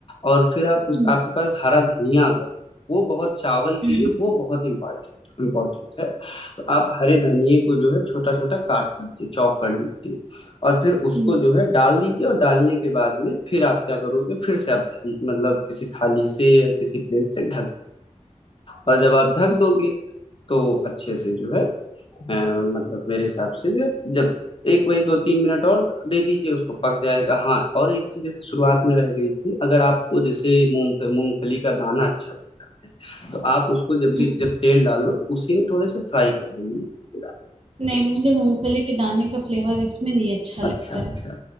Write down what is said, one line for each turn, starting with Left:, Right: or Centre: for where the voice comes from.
Left: और फिर आप उस,
Right: हम्म
Left: आपके पास हरा धनिया अगर वो बहुत चावल
Right: हम्म
Left: के लिए वो बहुत इम्पोर्टेंट इम्पोर्टेंट है तो आप हरे धनिए को जो है छोटा छोटा काट लीजिए चॉप कर लीजिए और फिर उसको
Right: हम्म,
Left: जो है डाल दीजिए और डालने के बाद में फिर आप क्या करोगे फिर से आप धनि- मतलब किसी थाली से या किसी प्लेट से ढक और जब आप ढक
Right: अच्छा,
Left: दोगे तो अच्छे से जो है अ, मतलब मेरे हिसाब से जो है जब एक वही दो तीन मिनट और दे दीजिए उसको पक जाएगा हाँ और एक चीज जैसे शुरुआत में रह गई थी अगर आपको जैसे मूंग मूंगफली का दाना अच्छा लगता है तो आप उसको जब
Right: हम्म।
Left: भी जब तेल डालो तो उसी में थोड़े से फ्राई कर दो मूंगफली के
Right: नहीं मुझे मूंगफली के दाने का फ्लेवर इसमें नहीं अच्छा लगता
Left: दाने अच्छा अच्छा
Right: है